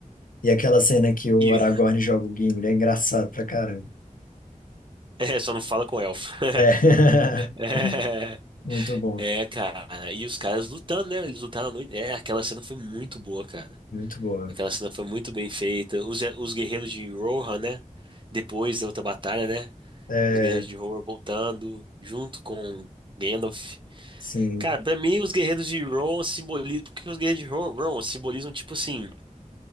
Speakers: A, on the left (about 80°); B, on the right (about 35°).
A: E aquela cena que o
B: E,
A: Aragorn joga o Gimli é engraçado pra caramba.
B: <laughs> é, só não fala com o elfo. <laughs>
A: É.
B: É,
A: <laughs> Muito bom,
B: é, cara, e os caras lutando, né? Eles lutaram à noite. É, aquela cena foi muito boa, cara
A: muito boa.
B: Aquela cena foi muito bem feita. Os, os guerreiros de Rohan, né? Depois da outra batalha, né?
A: É,
B: Os guerreiros de Rohan voltando junto com Gandalf.
A: sim.
B: Cara, pra mim, os guerreiros de Rohan simbolizam. Porque os guerreiros de Ro- Rohan simbolizam, tipo assim,